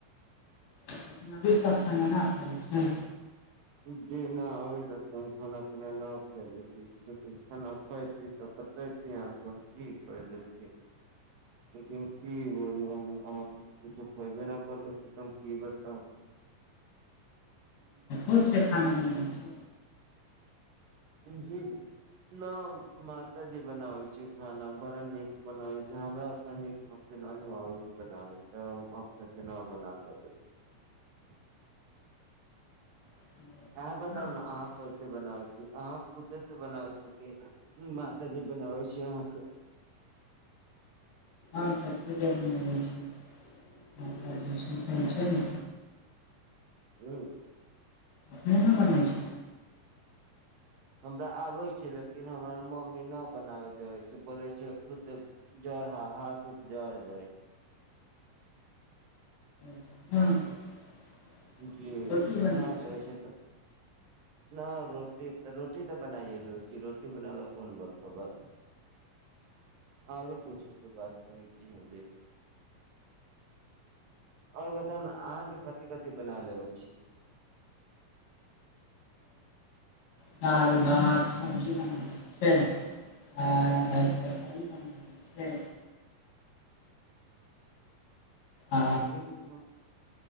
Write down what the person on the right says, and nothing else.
जी न अभि तक खाना पीना न खइने छी जदि खाना खयति त बतैयति यहाँ के हम कि खयलै छियै लेकिन की बोलु हम अहा किछो खेबे नै करले छी तऽ हम की बताउ <inaudible>
जी न माताजी बनावे छै खाना बड़ा नीक बनावे छै हमरा ओतना नीक ढंग से हमरा नय आबै छै बनाबै तै हम अपने से ना बना सकै छि
अहा
बताउ
न अहाँ
कैसे बनाबै छी अहाँ खुदे से बनाबै छी कि माता जी बनाबै छै अहाँ के <inaudible>
हूँ
<inaudible> हमरा आबे छै लेकिन हमरा मम्मी न बनावे देेवे छै बोले छै खुदे ह हाथ ऊथ जड़ जाइ छै
जी
सुना
देवै
छैे तऽ ना रोटी तऽ रोटी तऽ बनाइए लैबै छै रोटी बनावेला कोन बड़का बात छै आओरे पूछू के बाद करे छि हमरे सँ आओर बताउ ने अहाँके कथी कथि कथी बना लेबै छी
ओरी कुछो